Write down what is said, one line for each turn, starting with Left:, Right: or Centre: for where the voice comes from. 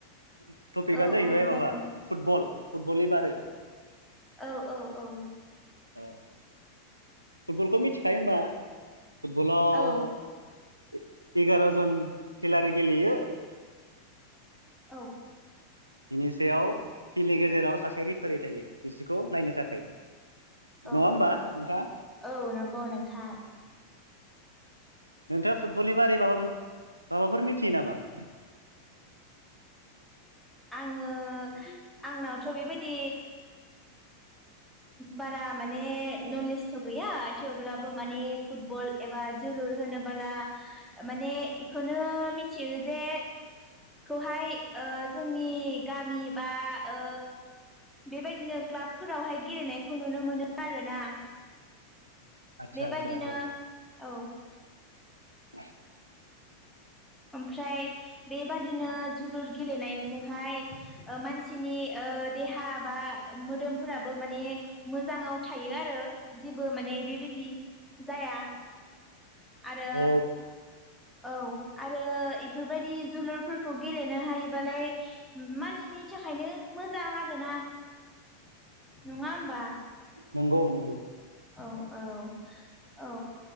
Right: टपिकआनो
Centre: औ
Right: जाहैबाय
Centre: औ जागोन
Right: माबा फुटबल फुटबलनि बारै
Centre: औ औ औ
Right: <unintelligible> फुटबलखौ मिथिखायो होनोमबा फुटबलाव
Centre: औ
Right: एगार' जन खेलारि गेलेयो
Centre: औ
Right: बिनि सायाव फिल्डनि गेजेराव सासे रेफारि थायो बिसोरखौ नायनो थाखाय
Centre: औ
Right: नङा होमबा
Centre: औ
Right: नोंथाङा?
Centre: औ नंगौ नोंथां
Right: नोंथाङा फुटबलनि बारै माबा माबाफोर मिथियो नामा? <inaudible>
Centre: आङो आंनावथ' बेबायदि बारा माने नलेजथ' गैया थेवब्लाबो माने फुटबल बा जोलुर होनोबोला माने बेखौनो मिथियो जे खौहाय जोंनि गामि बा ओ बेबायदिनो क्लाबफोरावहाय गेलेनायखौ नुनो मोनो आरोना।
Right: आदसा
Centre: बेबादिनो
Right: आदसा
Centre: औ
Right: <inaudible>
Centre: ओमफ्राय बेबादिनो जोलुर गेलेनाय जोंहाय मानसिनि देहा बा मोदोमफोराबो माने मोजाङाव थायो आरो जेबो माने बेबायदि जाया। आरो
Right: औ
Centre: औ आरो इफोरबायदि जोलुरफोरखौ गेलेनो हायोबालाय मानसिनि थाखायनो मोजां आरोना। नङा होमबा?
Right: नंगौ नंगौ।
Centre: औ औ औ